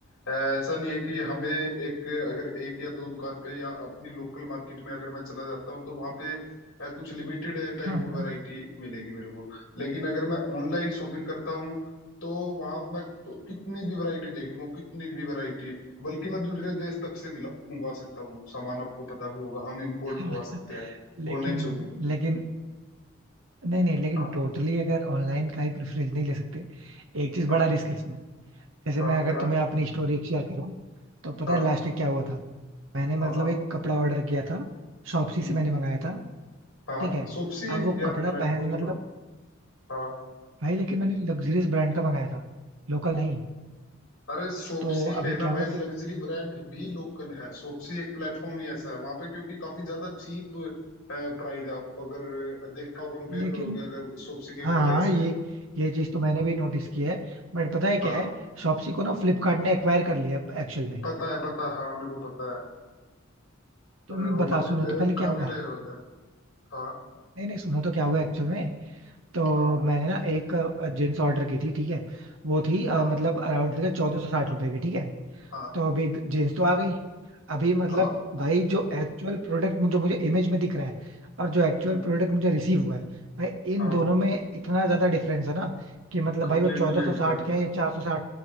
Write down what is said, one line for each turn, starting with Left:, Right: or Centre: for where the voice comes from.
Left: अ, ऐसा नहीं है कि हमें एक अगर एक या दो दुकान पे या अपनी लोकल मार्केट में अगर मैं चला जाता हूँ तो वहाँ पे अ, कुछ लिमिटेड टाइप
Right: हम्म
Left: ऑफ वैरायटी मिलेगी मेरे को लेकिन अगर मैं ऑनलाइन शॉपिंग करता हूँ तो वहां मैं कितनी भी वैरायटी देख लूँ कितनी भी वैरायटी बल्कि मैं दूसरे देश तक से मिला मंगवा सकता हूँ सामान आपको पता भी होगा हम इंपोर्ट
Right: <laughs>
Left: करवा सकते हैं
Right: लेकिन
Left: ऑनलाइन शॉपिंग
Right: लेकिन नहीं नहीं लेकिन
Left: हाँ
Right: टोटली अगर ऑनलाइन का ही प्रेफरेंस नहीं ले सकते एक चीज
Left: हाँ
Right: बड़ा रिस्क है इसमें जैसे
Left: हाँ
Right: मैं अगर
Left: क्या
Right: तुम्हें अपनी स्टोरी शेयर करूं तो पता
Left: हाँ
Right: है लास्ट वीक क्या हुआ था मैंने
Left: हाँ
Right: मतलब
Left: हाँ
Right: एक कपड़ा ऑर्डर किया था शॉपसी
Left: हम्म
Right: से मैंने मंगाया था
Left: हाँ
Right: ठीक है
Left: सोप्सी
Right: अब वो
Left: यार
Right: कपड़ा
Left: प्लेटफॉर्म
Right: पहन मतलब
Left: थोड़ा हाँ
Right: भाई लेकिन मैंने लग्जरियस ब्रांड का मंगाया था लोकल नहीं
Left: अरे सोप्सी
Right: तो
Left: पे
Right: अभी
Left: ना
Right: क्या
Left: भाई
Right: हुआ
Left: लग्जरी
Right: कि
Left: ब्रांड भी लोकल है सोप्सी एक प्लेटफॉर्म ही ऐसा है वहां पे क्योंकि काफी ज्यादा चीप प्राइस आपको अगर देखा हो कंपेयर
Right: लेकिन
Left: करोगे अगर सोप्सी के
Right: हाँ
Left: प्राइस
Right: हाँ
Left: से
Right: ये ये चीज तो मैंने भी नोटिस की है बट पता है क्या
Left: हाँ
Right: है शॉप्सी को ना फ्लिपकार्ट ने एक्वायर कर लिया एक्चुअल में
Left: पता है पता है हाँ मेरे को पता है
Right: तो
Left: अ,
Right: मैं
Left: वो
Right: बता
Left: काफी
Right: सुनो तो पहले
Left: काफी
Right: क्या हुआ
Left: टाइम हो गया हाँ
Right: नहीं नहीं सुनो तो क्या हुआ एक्चुअल में तो
Left: हाँ
Right: मैंने ना एक जींस ऑर्डर की थी ठीक है वो थी अ,
Left: हाँ
Right: मतलब अराउंड चौदह सौ साठ रुपए की ठीक है
Left: हाँ
Right: तो अभी जींस तो आ गई अभी मतलब
Left: हाँ
Right: भाई जो एक्चुअल प्रोडक्ट जो मुझे इमेज में दिख रहा है और जो एक्चुअल
Left: हम्म,
Right: प्रोडक्ट मुझे रिसीव हुआ है भाई इन
Left: हाँ
Right: दोनों
Left: वो
Right: में इतना ज्यादा डिफरेंस है ना कि मतलब
Left: कम्प्लीटली
Right: भाई वो चौदह सौ
Left: डिफरेंट
Right: साठ क्या है ये चार सौ साठ